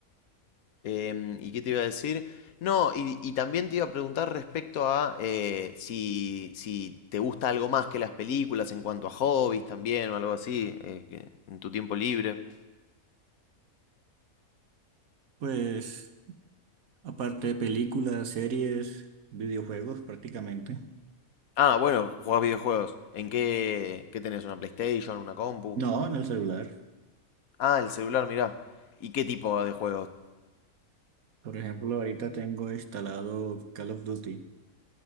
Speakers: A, on the left; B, on the right.
A: Em, ¿y qué te iba a decir? No, y, y también te iba a preguntar respecto a eh, si, si te gusta algo más que las películas en cuanto a hobbies también o algo así, eh, que- en tu tiempo libre.
B: Pues aparte de películas, series, videojuegos prácticamente.
A: Ah, bueno, jugás videojuegos. ¿En qué, qué tenés? ¿Una PlayStation? ¿Una compu?
B: No, en el celular.
A: Ah, el celular, mirá. ¿Y qué tipo de juegos?
B: Por ejemplo, ahorita tengo instalado Call of Duty.